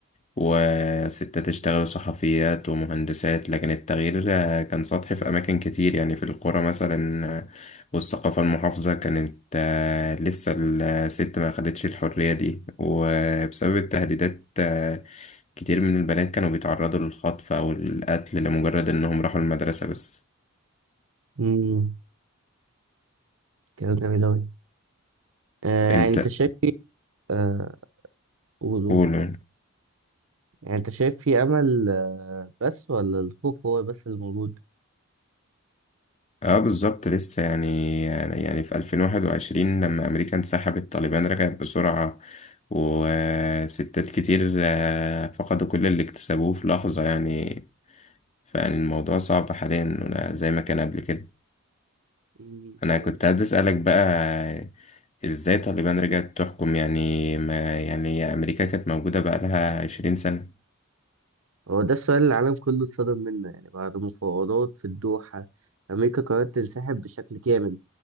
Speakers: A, on the left; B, on the right.
A: وستات اشتغلوا صحفيات ومهندسات لكن التغيير آه، كان سطحي في أماكن كتير يعني في القرى مثلا آه، والثقافة المحافظة كانت آه، لسه الست ما أخدتش الحرية دي وبسبب التهديدات آه، كتير من البنات كانوا بيتعرضوا للخطف أو القتل لمجرد إنهم راحوا المدرسة بس
B: امم كلام جميل أوي آه يعني
A: أنت
B: انت شايف في آه قول قول
A: قول
B: يعني انت شايف في امل آه بس ولا الخوف هو بس اللي موجود
A: اه بالظبط لسه يعني يعني يعني في 2021 لما أمريكا انسحبت طالبان رجعت بسرعة وستات كتير آه، فقدوا كل اللي اكتسبوه في لحظة يعني فيعني الموضوع صعب حاليا ولا زي ما كان قبل كده
B: امم
A: أنا
B: فهمت
A: كنت عايز أسألك بقى إزاي طالبان رجعت تحكم يعني ما يعني أمريكا كانت موجودة بقالها 20 سنة
B: هو ده السؤال اللي العالم كله اتصدم منه يعني بعد مفاوضات في الدوحة امريكا قررت تنسحب بشكل كامل